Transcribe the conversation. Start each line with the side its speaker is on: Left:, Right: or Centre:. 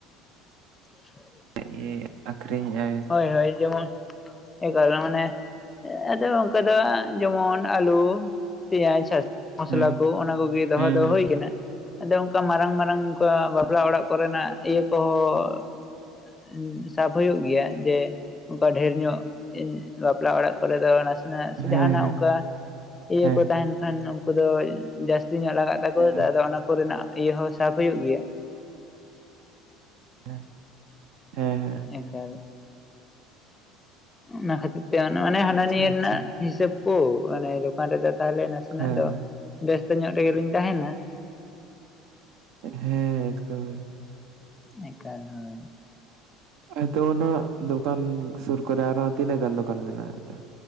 Left: <inaudible>
Right: ᱤᱭᱟᱹᱭᱮᱜ ᱟᱹᱠᱷᱨᱤᱧᱮᱜ ᱟᱭᱮ
Left: ᱦᱳᱭ ᱦᱳᱭ ᱡᱮᱢᱚᱱ ᱮᱝᱠᱟ ᱜᱮ ᱢᱟᱱᱮ ᱟᱫᱚ ᱚᱝᱠᱟ ᱫᱚ ᱟᱸᱜ ᱡᱮᱢᱚᱱ ᱟᱞᱩ ᱯᱮᱸᱭᱟᱡ ᱦᱟᱥ ᱢᱚᱥᱞᱟ
Right: ᱦᱩᱸ
Left: ᱠᱩ ᱚᱱᱟ ᱠᱩᱜᱤ ᱫᱚᱦᱚ
Right: ᱦᱩᱸ
Left: ᱫᱚ
Right: ᱦᱩᱸ
Left: ᱦᱩᱭ ᱠᱟᱱᱟ᱾ ᱟᱫᱚ ᱚᱝᱠᱟ ᱢᱟᱨᱟᱝ ᱢᱟᱨᱟᱝ ᱚᱝᱠᱟ ᱵᱟᱯᱞᱟ ᱚᱲᱟᱜ ᱠᱚᱨᱮᱱᱟᱜ ᱤᱭᱟᱹ ᱠᱚᱦᱚᱸ ᱩᱸᱜ ᱥᱟᱯ ᱦᱩᱭᱩᱜ ᱜᱤᱭᱟ᱾ ᱡᱮ ᱚᱝᱠᱟ ᱰᱷᱮᱨ ᱧᱚᱜ ᱵᱟᱯᱞᱟ ᱚᱲᱟᱜ ᱠᱚᱨᱮ ᱫᱚ ᱚᱱᱟᱥ ᱥᱮᱱᱟᱜ ᱥᱮ
Right: ᱦᱮᱸ
Left: ᱡᱟᱦᱟᱸᱱᱟᱜ
Right: ᱦᱮᱸ
Left: ᱚᱝᱠᱟ ᱤᱭᱟᱹ
Right: ᱦᱮᱸ
Left: ᱠᱚ
Right: ᱦᱮᱸ
Left: ᱛᱟᱦᱮᱸᱱ ᱠᱷᱟᱱ ᱩᱱᱠᱩ ᱫᱚ ᱡᱟᱥ ᱥᱤᱧ ᱟᱞᱟᱜᱟᱜ ᱛᱟᱠᱚᱣᱟ
Right: ᱦᱮᱸ
Left: ᱛᱚ ᱟᱫᱚ ᱚᱱᱟ ᱠᱚᱨᱮᱱᱟᱜ ᱤᱭᱟᱹ ᱦᱚᱸ ᱥᱟᱯ ᱦᱩᱭᱩᱜ ᱜᱤᱭᱟ᱾
Right: ᱦᱮᱸ, ᱦᱮᱸ ᱦᱮᱸ᱾
Left: ᱮᱠᱟᱞ ᱚᱱᱟ ᱠᱷᱟᱹᱛᱤᱨ ᱛᱮ ᱚᱱ ᱢᱟᱱᱮ ᱦᱟᱱᱟ
Right: ᱟᱪᱪᱷᱟ
Left: ᱱᱤᱭᱟᱹ ᱨᱮᱱᱟᱜ
Right: ᱟᱪᱪᱷᱟ
Left: ᱦᱤᱥᱟᱹᱵ ᱠᱩ ᱢᱟᱱᱮ ᱫᱚᱠᱟᱱ ᱨᱮᱫᱚ ᱛᱟᱦᱚᱞᱮ ᱱᱟᱥ ᱥᱤᱱᱟᱜ
Right: ᱦᱮᱸ
Left: ᱫᱚ ᱵᱮᱥᱛᱚ ᱧᱚᱜ ᱨᱮᱜᱮᱞᱤᱧ ᱛᱟᱦᱮᱸᱱᱟ᱾
Right: ᱦᱮᱸ ᱮᱠᱫᱚᱢᱮ
Left: ᱮᱠᱟᱞ, ᱦᱳᱭ
Right: ᱟᱫᱚ ᱚᱱᱟ ᱫᱚᱠᱟᱱ ᱥᱩᱨ ᱠᱚᱨᱮ ᱟᱨᱦᱚᱸ ᱛᱤᱱᱟᱹᱜ ᱜᱟᱱ ᱫᱚᱠᱟᱱ ᱢᱮᱱᱟᱜᱼᱟ ᱟᱫᱚ?